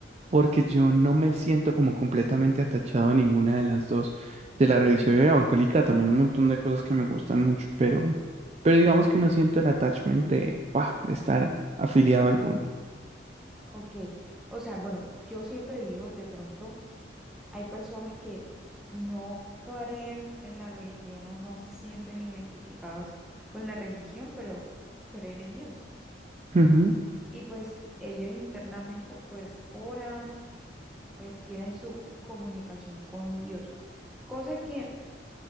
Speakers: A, on the right (about 35°); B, in the centre.
A: porque yo no me siento como completamente atachado a ninguna de las dos. De la religión
B: Ok.
A: evangélica también un montón de cosas que me gustan mucho, pero, pero digamos que no siento el attachment de, bah, de estar afiliado a alguna.
B: Ok. O sea, bueno, yo siempre digo de pronto Hay personas que no creen en la religión, no, no se sienten identificados con la religión, pero creen en Dios.
A: Ujú,
B: Y pues ellos internamente pues oran, pues tienen su comunicación con Dios. Cosa que